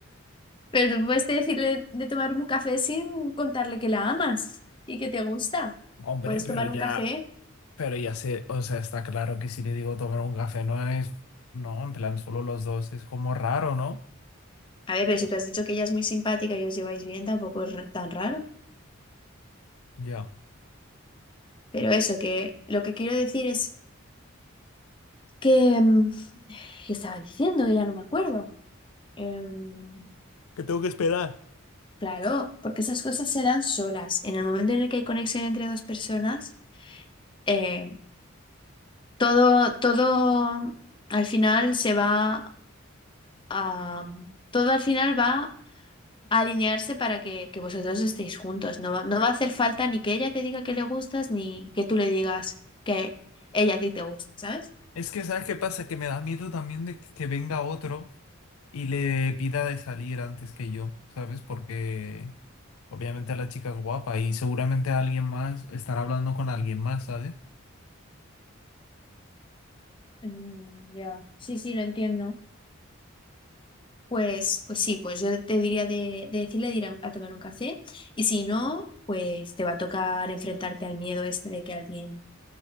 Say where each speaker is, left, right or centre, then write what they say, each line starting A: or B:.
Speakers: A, on the left; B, on the left.
A: pero tú puedes decirle de tomar un café sin contarle que la amas y que te gusta.
B: Hombre,
A: Puedes
B: pero
A: tomar
B: ya,
A: un café.
B: pero ya sé, o sea, está claro que si le digo tomar un café no es, no, en plan solo los dos, es como raro, ¿no?
A: A ver, pero si tú has dicho que ella es muy simpática y os lleváis bien, tampoco es ra- tan raro.
B: Ya.
A: Pero eso, que lo que quiero decir es que... mm, ¿Qué estaba diciendo? Que ya no me acuerdo. Em,
B: Que tengo que esperar.
A: claro, porque esas cosas se dan solas. En el momento en el que hay conexión entre dos personas, eh, todo, todo al final se va a... Todo al final va a alinearse para que, que vosotros estéis juntos. No va, no va a hacer falta ni que ella te diga que le gustas, ni que tú le digas que ella a ti te gusta, ¿sabes?
B: Es que, ¿sabes qué pasa? Que me da miedo también de que que venga otro. y le pida de salir antes que yo, ¿sabes? Porque obviamente la chica es guapa y seguramente alguien más estará hablando con alguien más, ¿sabes?
A: Mm, ya, Sí, sí, lo entiendo. Pues, pues sí, pues yo te diría de, de decirle de ir a, a tomar un café y si no, pues te va a tocar enfrentarte al miedo este de que alguien